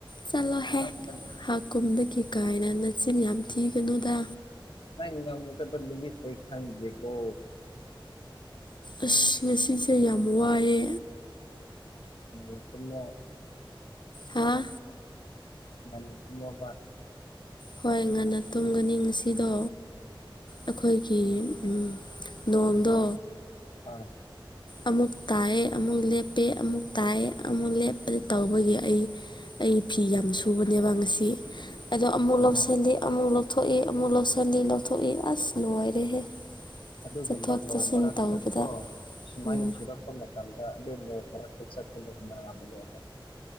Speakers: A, on the left; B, on the left.
A: ꯆꯠꯂꯣꯍꯦ
B: ꯂꯩ ꯉꯝꯕ
A: ꯍꯥꯥꯛ ꯀꯨꯝꯗꯒꯤ ꯀꯥꯏꯅ ꯅꯆꯤꯟ ꯌꯥꯝ ꯊꯤꯒꯅꯨꯗ
B: ꯅꯪ ꯉꯝꯒꯗꯕ ꯅꯨꯃꯤꯠ ꯑꯩ ꯈꯪꯗ꯭ꯔꯦꯀꯣ
A: ꯑꯁ ꯉꯁꯤꯁꯦ ꯌꯥꯝ ꯋꯥꯏꯌꯦ
B: ꯉꯟꯅ ꯇꯨꯝꯃꫭ
A: ꯍꯥꯥ
B: ꯉꯟꯅ ꯇꯨꯝꯃꫭꯕ
A: ꯍꯣꯏ ꯉꯟꯅ ꯇꯨꯝꯒꯅꯤ ꯉꯁꯤꯗꯣ ꯑꯩꯈꯣꯏꯒꯤ ꯎꯝ ꯅꯣꯡꯗꯣ
B: ꯑꯥ
A: ꯑꯃꯨꯛ ꯇꯥꯏꯌꯦ ꯑꯃꯨꯛ ꯂꯦꯞꯄꯦ ꯑꯃꯨꯛ ꯇꯥꯏꯌꯦ ꯑꯃꯨꯛ ꯂꯦꯞꯄ ꯇꯧꯕꯒꯤ ꯑꯩ ꯑꯩ ꯐꯤ ꯌꯥꯝ ꯁꯨꯕꯅꯦꯕ ꯉꯁꯤ ꯑꯗꯣ ꯑꯃꯨꯛ
B: ꯑꯣ
A: ꯂꯧꯁꯤꯜꯂꯤ ꯑꯃꯨꯛ ꯂꯧ ꯊꯣꯛꯏ ꯑꯃꯨꯛ ꯂꯧꯁꯜꯂꯤ ꯂꯧꯊꯣꯛꯏ ꯑꯁ ꯂꯣꯏꯔꯦꯍꯦ
B: ꯑꯗꯨꯒꯨꯝꯕ
A: ꯆꯠꯊꯣꯛ
B: ꯅꯣꯡ
A: ꯆꯠꯁꯤꯟ
B: ꯃꯔꯛꯇꯠꯇꫭ
A: ꯇꯧꯕꯗ
B: ꯁꯨꯃꯥꯏꯅ
A: ꯎꯝ
B: ꯆꯨꯔꯛꯄ ꯃꯇꯝꯗ ꯑꯗꯨ ꯅꯣꯡ ꯃꯔꯛꯇ ꯆꯠꯄꯗꫭ ꯅꯥꯥꯕꯅꯦꯕ